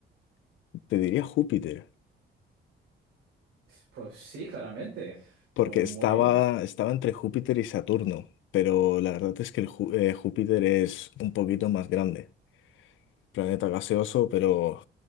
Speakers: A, on the left; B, on the right.
A: Te diría Júpiter,
B: Pues sí, claramente.
A: porque
B: Mu- Muy,
A: estaba,
B: bien.
A: estaba entre Júpiter y Saturno, pero la verdad es que el Ju- eh, Júpiter es un poquito más grande. Planeta gaseoso, pero